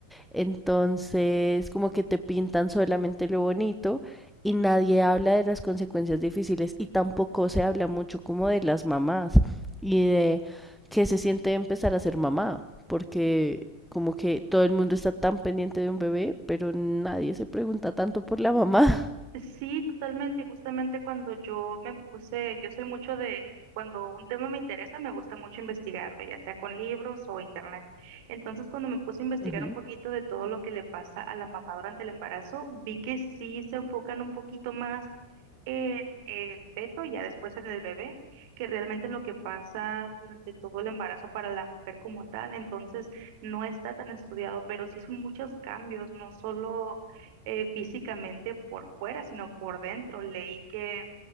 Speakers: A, in the centre; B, on the right.
A: Entonces, como que te pintan solamente lo bonito y nadie habla de las consecuencias difíciles y tampoco se habla mucho como de las mamás y de qué se siente empezar a ser mamá, porque como que todo el mundo está tan pendiente de un bebé, pero nadie se pregunta tanto por la mamá.
B: Sí, totalmente. y Justamente cuando yo me puse, yo soy mucho de, cuando un tema me interesa, me gusta mucho investigarlo, ya sea con libros o internet. Entonces, cuando me puse a investigar
A: <laughs> Ujú.
B: un poquito de todo lo que le pasa a la mamá durante el embarazo, vi que sí se enfocan un poquito más en el feto y ya después en el bebé, que realmente lo que pasa durante todo el embarazo para la mujer como tal. Entonces, no está tan estudiado, pero sí son muchos cambios, no solo eh, físicamente por fuera, sino por dentro. Leí que,